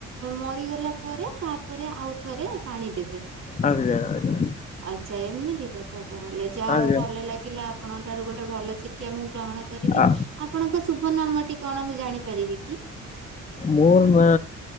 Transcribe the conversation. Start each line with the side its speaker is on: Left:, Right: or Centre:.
Right: ମରିଗଲା ପରେ ତାପରେ ଆଉଥରେ ପାଣି ଦେବେ
Left: ଆଜ୍ଞା ଆଜ୍ଞା
Right: ଆଛା ଏମିତି କଥା ତାହେଲେ ଯାହା
Left: ଆଜ୍ଞା
Right: ହୋଉ ଭଲ ଲାଗିଲା ଆପଣଙ୍କ ଠାରୁ ଗୋଟେ ଭଲ ଶିକ୍ଷା ମୁଁ ଗ୍ରହଣ କରିଲି
Left: ଆ
Right: ଆପଣଙ୍କ ଶୁଭ ନାମଟି କଣ ମୁଁ ଜାଣିପାରିବି କି?
Left: ମୋର ନା